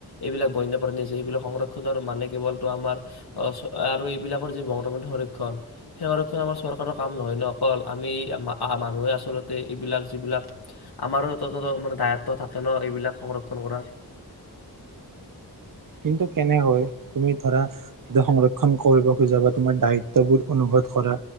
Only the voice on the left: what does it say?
এইবিলাক বন্যপ্ৰাণী আছে সেইবিলাক সংৰক্ষণৰ মানে কেৱল আমাৰ আৰু এইবিলাকৰ যি বং সংৰক্ষণ সেই সংৰক্ষণ আমাৰ চৰকাৰৰ কাম নহয় ন অকল আমি মানুহে আচলতে এইবিলাক যিবিলাক আমাৰো ত মানে দায়ত্ব থাকে ন এইবিলাক সংৰক্ষন কৰাৰ